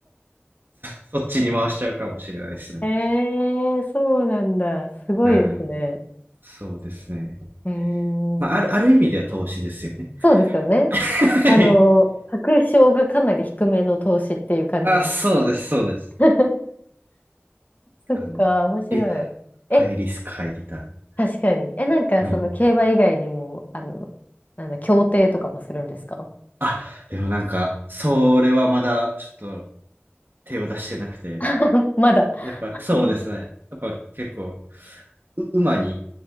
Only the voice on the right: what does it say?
そそっちに回しちゃうかもしれないですね。
はいそうですね。
まあ、ある、ある意味では投資ですよね。
<laughs> はい。
あ、そうです、そうです。
あの、
リ、ハイリスク、
ハイリターン。
はい。
あ、でもなんか、それはまだちょっと手を出してなくて、
やっぱそうですね。
やっぱ結構、う、馬に、